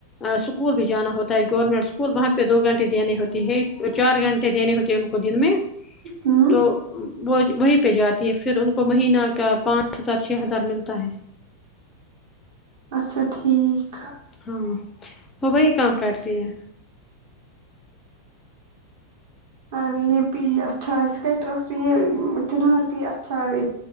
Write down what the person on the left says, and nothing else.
اسکول بھی جانا ہوتا ہے گورنمنٹ اسکول وہاں پے دو گھنٹے دینے ہوتے ہے چار گھنٹے دینے ہوتے ہیں ان کو دن میں
تو وہ وہیں پے جاتی ہے پھر ان کو مہینہ کا پانچ ہزار چھ ہزار ملتا ہے
ہاں وہ وہی کام کرتی ہے